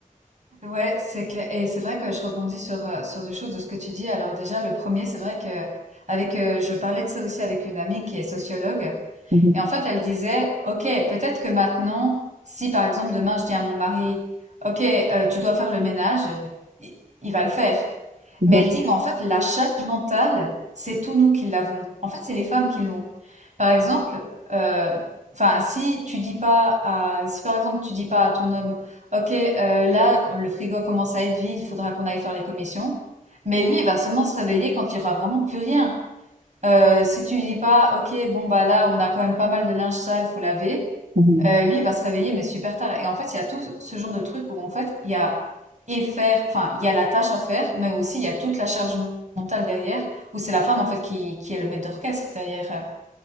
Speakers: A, on the right (about 55°); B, on the right (about 75°).
A: Ouais, c'est clair. Et c'est vrai que je rebondis sur, euh, sur deux choses de ce que tu dis. Alors déjà, le premier, c'est vrai que avec, euh, je parlais de ça aussi avec une amie qui est sociologue.
B: Mhm,
A: Et en fait, elle disait, OK, peut-être que maintenant, si par exemple demain je dis à mon mari, OK, euh, tu dois faire le ménage, il, il va le faire.
B: mhm,
A: Mais elle dit, mais en fait, la charge mentale, c'est tous nous qui l'avons. En fait, c'est les femmes qui l'ont. Par exemple, euh, enfin, si tu dis pas à, si par exemple tu dis pas à ton homme, OK, euh, là, le frigo commence à être vide, il faudra qu'on aille faire les commissions. Mais lui, il va seulement se réveiller quand il y aura vraiment plus rien. Euh, si tu lui dis pas, ok, bon bah là, on a quand même pas mal de linge sale, faut laver.
B: mhm.
A: euh, lui, il va se réveiller, mais super tard. Et en fait, il y a tout ce genre de truc où en fait, il y a et faire, enfin, il y a la tâche à faire, mais aussi il y a toute la charge mentale derrière, où c'est la femme en fait qui, qui est le maître d'orchestre derrière.